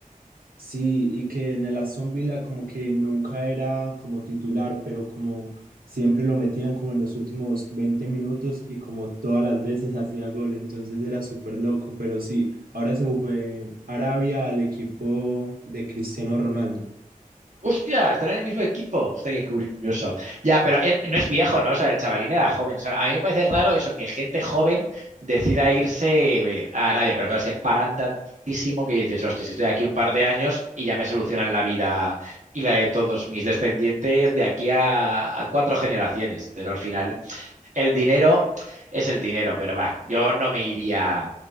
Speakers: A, on the right; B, on the right.
A: sí, y que en el Aston Villa como que nunca era como titular, pero como siempre lo metían como en los últimos 20 minutos y como todas las veces hacía gol, entonces era súper loco, pero sí, ahora se fue Arabia al equipo de Cristiano Ronaldo.
B: Hostia, están en el mismo equipo. Hostia, qué curioso. Ya, pero eh, no es viejo, ¿no? O sea, el chavalín era joven. O sea, a mí me parece raro eso, que gente joven decida irse eh, a Arabia, pero claro, si es que pagan tantísimo que dices, hostia, si estoy aquí un par de años y ya me solucionan la vida y la de todos mis descendientes de aquí a, a cuatro generaciones. Pero al final el dinero es el dinero, pero va, yo no me iría